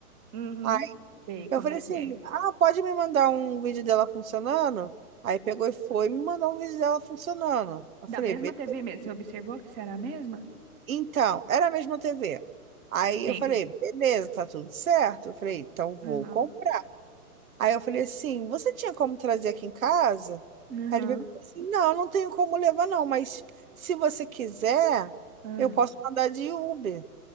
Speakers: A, on the right; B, on the right.
A: Uhum.
B: Aí
A: Sei como
B: eu falei assim,
A: que é.
B: ah, pode me mandar um vídeo dela funcionando? Aí pegou e foi
A: Aham.
B: e me mandou um vídeo dela funcionando. Eu
A: Da
B: falei,
A: mesma
B: beleza.
A: TV mesmo. Você observou que será a mesma?
B: Então, era a mesma TV. Aí
A: Sim.
B: eu falei, beleza, tá tudo certo. Eu falei, então vou
A: Aham.
B: comprar. Aí eu falei assim, você tinha como trazer aqui em casa?
A: Aham.
B: Aí ele veio e falou assim, não, não tenho como levar não, mas se você quiser,
A: Aham.
B: eu posso mandar de Uber.